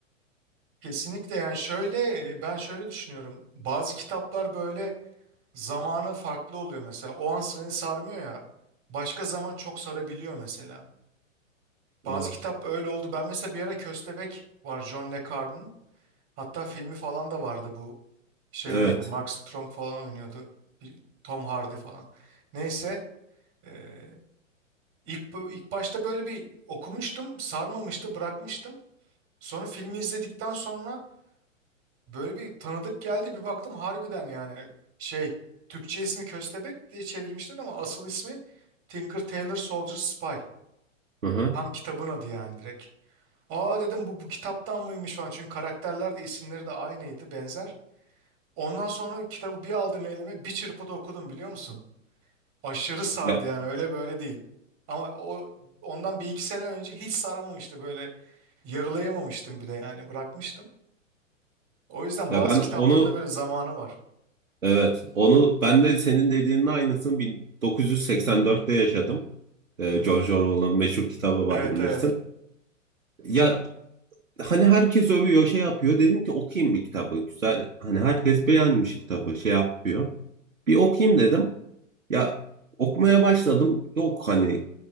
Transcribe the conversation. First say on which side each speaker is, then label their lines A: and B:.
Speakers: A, on the right; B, on the right.
A: Kesinlikle yani şöyle e, ben şöyle düşünüyorum. Bazı kitaplar böyle Zamanı farklı oluyor mesela. O an seni sarmıyor ya. Başka zaman çok sarabiliyor mesela. Bazı
B: Evet.
A: kitap öyle oldu. Ben mesela bir ara Köstebek var John le Carre'ın. Hatta filmi falan da vardı bu. Şey
B: Evet.
A: oynuyordu. Mark Strong falan oynuyordu. Bir- Tom Hardy falan. Neyse. eee, ilk, ilk başta böyle bir okumuştum. Sarmamıştı. Bırakmıştım. Sonra filmi izledikten sonra Böyle bir tanıdık geldi bir baktım harbiden yani şey Türkçe ismi Köstebek diye çevirmişler ama asıl ismi Tinker Tailor Soldier Spy.
B: Hı hı.
A: Tam kitabın adı yani direkt. Aa dedim bu, bu kitaptan mıymış falan çünkü karakterler de isimleri de aynıydı benzer. Ondan sonra kitabı bir aldım elime bir çırpıda okudum biliyor musun? Aşırı sardı
B: Ya,
A: yani öyle böyle değil. Ama o ondan bir iki sene önce hiç sarmamıştı böyle yarılayamamıştım bile yani bırakmıştım. O yüzden
B: ya
A: bazı
B: ben
A: kitapların
B: onu
A: da böyle zamanı var.
B: evet onu ben de senin dediğinin aynısını 1984'te yaşadım. Ee,
A: Hı
B: George
A: hı.
B: Orwell'ın meşhur kitabı var
A: Evet
B: bilirsin.
A: evet.
B: Ya hani herkes övüyor şey yapıyor. Dedim ki okuyayım bir kitabı. Güzel. Hani herkes beğenmiş kitabı şey yapıyor. Bir okuyayım dedim. Ya okumaya başladım. Yok hani